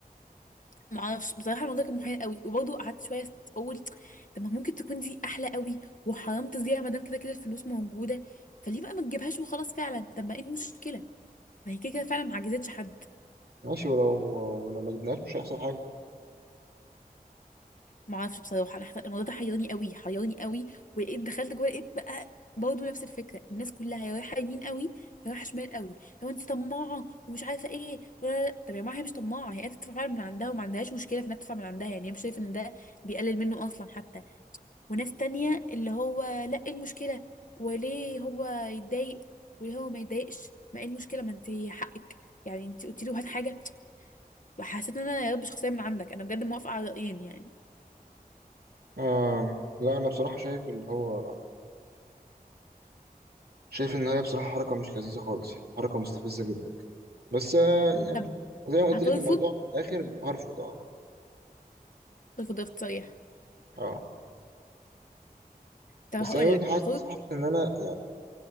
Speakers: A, on the left; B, on the right.
A: ما اعرفش بصراحه الموضوع كان محير قوي وبرضه قعدت شويه اقول طب ما ممكن تكون دي احلى قوي وحرام تضيع ما دام كده كده الفلوس موجوده فليه بقى ما تجيبهاش وخلاص فعلا طب ما ايه المشكله ما هي كده كده فعلا ما عجزتش حد
B: ماشي ولو ولو ما جبناهاش مش هيحصل حاجة
A: ما اعرفش بصراحه انا حت- الموضوع ده حيرني قوي حيرني قوي ولقيت دخلت جوه لقيت بقى برضه نفس الفكره الناس كلها يا رايحه يمين قوي يا رايحه شمال قوي لو انت طماعه ومش عارفه ايه ولا طب يا جماعه هي مش طماعه هي قاعدة تدفع فعلا من عندها وما عندهاش مشكله في انها تدفع من عندها يعني هي مش شايفه ان ده بيقلل منه اصلا حتى وناس تانية اللي هو لا ايه المشكلة وليه هو يتضايق وليه هو ما يتضايقش ما ايه المشكلة ما انت حقك يعني انت قلتي له هات حاجة وحسيت ان انا يا رب شخصية من عندك انا بجد موافقة على رأيين يعني
B: آه لا أنا بصراحة شايف اللي هو شايف إن هي بصراحة حركة مش لذيذة خالص يعني حركة مستفزة جدا بس آه يعني
A: طب
B: زي ما قلت
A: هترفض
B: لك الموضوع في الآخر هرفض أه
A: ترفض رفض صريح
B: أه
A: طب
B: بس
A: هقول
B: أنا برضه
A: لك
B: حاسس
A: هترفض
B: حاسس إن أنا يعني